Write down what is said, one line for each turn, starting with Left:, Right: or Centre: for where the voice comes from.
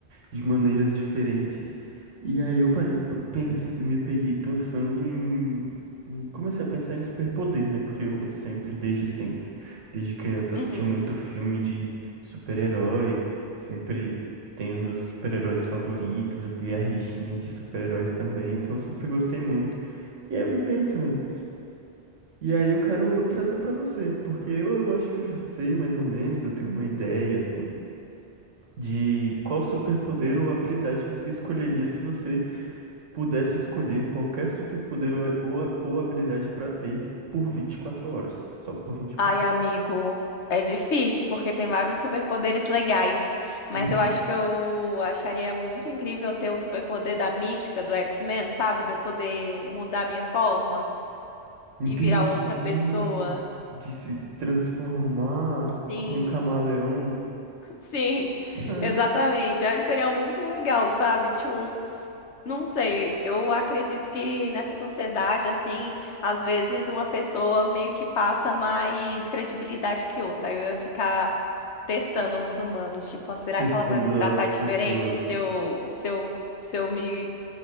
Right: de maneiras diferentes? E aí eu parei, p- pens me peguei pensando em, em- Comecei a pensar em superpoder, né? Porque eu sempre, desde sempre, desde criança,
Left: uhum.
Right: assisti muito filme de super-herói, sempre tenho meus super-heróis favoritos, aqui a rixinha de super-heróis também, então eu sempre gostei muito. E aí eu vim pensando. E aí eu quero trazer pra você, porque eu, eu acho que eu já sei mais ou menos, eu tenho uma ideia assim de qual superpoder ou habilidade você escolheria se você pudesse escolher qualquer superpoder ou, ou, a- ou habilidade pra ter por 24 horas, só por 24
Left: Ai, amigo,
Right: horas.
Left: é difícil porque tem vários superpoderes legais, mas
Right: Uhum.
Left: eu acho que eu acharia muito incrível ter o superpoder da mística do X-Men, sabe? De eu poder mudar minha forma
Right: Entendi.
Left: e virar outra pessoa.
Right: De se transformar
Left: Sim,
Right: como um camaleão,
Left: <laughs> sim,
Right: <laughs>
Left: exatamente. Eu acho que seria muito legal, sabe? Tipo, Não sei, eu acredito que nessa sociedade, assim, às vezes uma pessoa meio que passa mais credibilidade que outra. Aí Eu ia ficar testando os humanos, tipo, ah, será
Right: testando
Left: que ela vai me tratar
Right: as
Left: diferente
Right: pessoas.
Left: se eu, se eu, se eu me